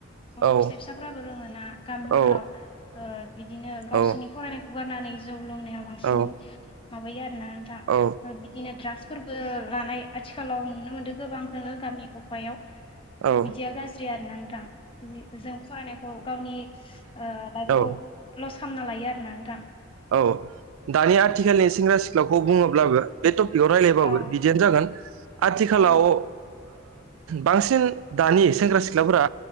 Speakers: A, on the left; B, on the right.
A: गथ'
B: औ
A: फिसा फिसाफोराबो लोङोना गामिफोराव
B: औ
A: ओ बिदिनो गावसोरनि
B: औ
A: फरायनायखौ गारनानै जौ लोंनाय बांसिन
B: औ
A: माबायो आरोना नोंथां
B: औ
A: बिदिनो द्रागसफोरबो लानाय आथिखालाव नुनो मोनदों गोबांखौनो गामि गफायाव
B: औ
A: बिदिया गाज्रि आरोना नोंथां जों फरायनायखौ गावनि ओ लाइफखौ
B: ओ औ
A: लस खालामना लायो आरोना नोंथां
B: औ दानि आथिखालनि सेंग्रा सिख्लाखौ बुङोब्लाबो बेयाव रायज्लायबाबो
A: औ
B: बिदियानो जागोन आथिखालाव
A: औ
B: ओ बांसिन दानि सेंग्रा सिख्लाफोरा